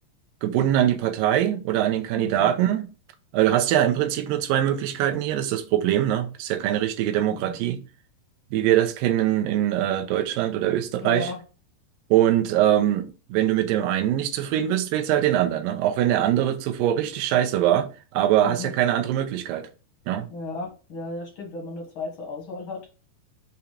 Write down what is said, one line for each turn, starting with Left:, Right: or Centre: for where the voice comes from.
Right: gebunden an die Partei oder an den Kandidaten.
Left: mhm,
Right: Also du hast ja im Prinzip nur zwei Möglichkeiten hier, das ist das Problem, ne? Das ist ja keine richtige Demokratie,
Left: mhm.
Right: wie wir das kennen in äh, Deutschland oder Österreich.
Left: Ja,
Right: Und ähm, wenn du mit dem einen nicht zufrieden bist, wählst du halt den anderen, ne? Auch wenn der andere zuvor richtig scheiße war, aber
Left: mhm.
Right: hast ja keine andere Möglichkeit. Ja,
Left: Ja, ja, ja, stimmt, wenn man nur zwei zur Auswahl hat.